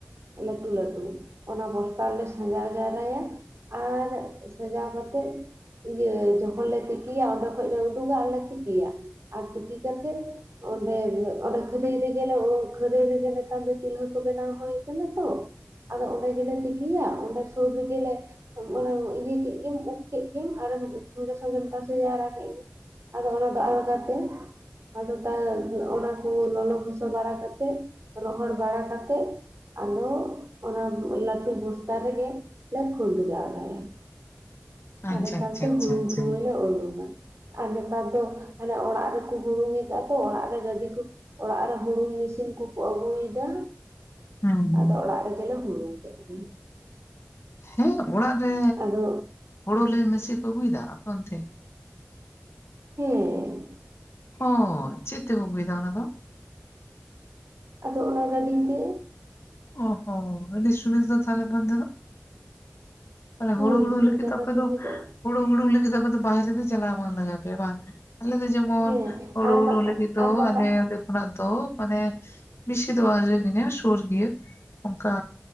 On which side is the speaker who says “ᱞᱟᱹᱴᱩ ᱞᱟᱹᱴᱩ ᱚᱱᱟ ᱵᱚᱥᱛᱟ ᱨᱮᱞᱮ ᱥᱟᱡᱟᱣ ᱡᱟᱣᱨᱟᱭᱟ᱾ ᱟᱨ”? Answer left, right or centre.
Right